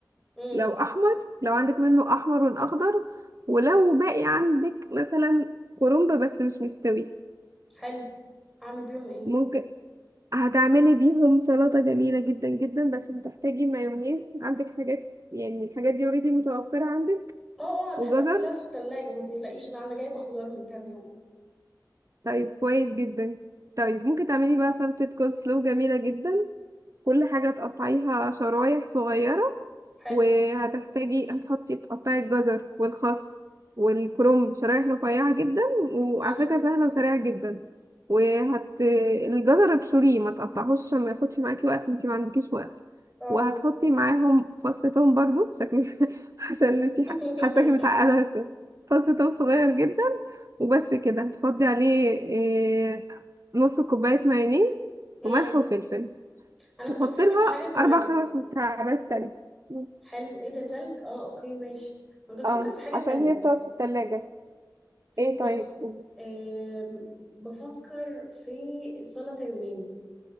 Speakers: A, in the centre; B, on the right.
A: امم
B: لو احمر لو عندك منه احمر والاخضر ولو باقي عندك مثلا كرنب بس مش مستوي
A: حلو اعمل بيهم ايه
B: ممكن هتعملي بيهم سلطة جميلة جدا جدا بس هتحتاجي مايونيز عندك حاجات يعني الحاجات دي اوريدي متوفرة عندك
A: اه اه الحاجات
B: وجزر
A: كلها في التلاجة ما تقلقيش لا انا جايبة خضار من كام يوم
B: طيب كويس جدا طيب ممكن تعملي بقى سلطة كول سلو جميلة جدا كل حاجة تقطعيها شرايح صغيرة
A: حلو
B: وهتحتاجي هتحطي تقطعي الجزر والخس والكرنب شرايح رفيعة جدا وعلى
A: امم
B: فكرة سهلة وسريعة جدا وهت الجزر ابشريه ما تقطعهوش عشان ما ياخدش معاكي وقت انتي ما عندكيش وقت
A: اه
B: وهتحطي معاهم فص توم برضو شكلك <laughs> عشان
A: مم.
B: انتي
A: <laughs>
B: ح- حاساكي متعقدة فص توم صغير جدا وبس كده هتفضي عليه إيه، نص كوباية مايونيز
A: مم.
B: وملح وفلفل
A: انا
B: وحط
A: كنت بفكر
B: لها
A: في حاجة كمان
B: اربع خمس مكعبات تلج مم.
A: حلو ايه ده تلج اه اوكي ماشي انا كنت بفكر
B: اه
A: في حاجة
B: عشان
A: تانية
B: هي بتقعد في التلاجة ايه
A: بصي
B: طيب مم.
A: آم، بفكر في سلطة يوناني